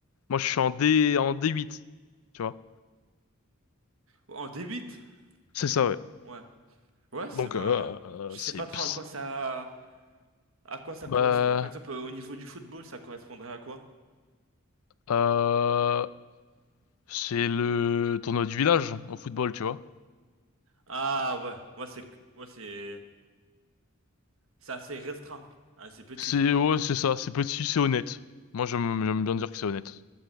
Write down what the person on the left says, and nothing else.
Moi, je suis en D, en D8, tu vois.
C'est
ça, ouais.
Donc,
euh, euh,
c'est,
ps-
bah,
euh, c'est le tournoi du village au football, tu vois.
C'est, ouais, c'est ça. C'est petit, c'est honnête. Moi, j'aime, j'aime bien dire que c'est honnête.